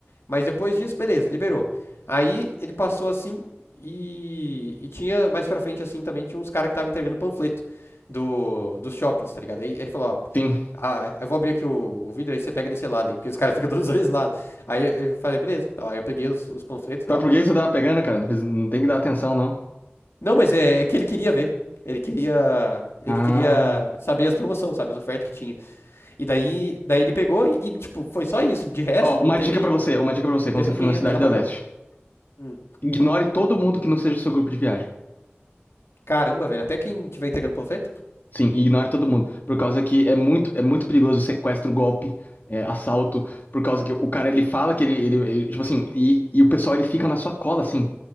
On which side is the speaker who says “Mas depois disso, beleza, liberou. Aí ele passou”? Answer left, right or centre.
Left